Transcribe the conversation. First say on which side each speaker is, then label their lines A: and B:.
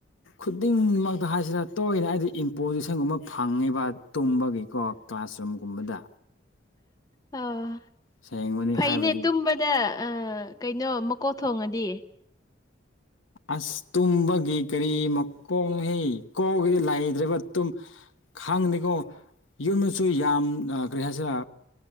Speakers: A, on the left; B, on the left.
A: ꯈꯨꯗꯤꯡꯃꯛꯇ ꯍꯥꯏꯁꯤꯔ ꯇꯣꯏꯅ ꯍꯥꯏꯗꯤ ꯏꯝꯄꯣꯖꯤꯁꯟꯒꯨꯝꯕ ꯐꯪꯉꯤꯕ ꯇꯨꯝꯕꯒꯤꯀꯣ ꯀ꯭ꯂꯥꯁꯔꯨꯝꯒꯨꯝꯕꯗ
B: ꯑꯥ
A: ꯁꯦꯡꯕꯅꯤ
B: ꯐꯩꯅꯦ
A: ꯍꯥꯏꯕꯗꯤ
B: ꯇꯨꯝꯕ ꯁꯤꯗ ꯑ ꯀꯩꯅꯣ ꯃꯀꯣꯛ ꯊꯣꯡꯉꯗꯤ꯫
A: ꯑꯁ ꯇꯨꯝꯕꯒꯤ ꯀꯔꯤ ꯃꯀꯣꯛꯅꯣꯍꯦ <unintelligible> ꯂꯩꯗ꯭ꯔꯕ ꯇꯨꯝ ꯈꯪꯗꯦꯀꯣ ꯌꯨꯝꯅꯁꯨ ꯌꯥꯝꯅ ꯑꯥ ꯀꯔꯤ ꯍꯥꯏꯁꯤꯔ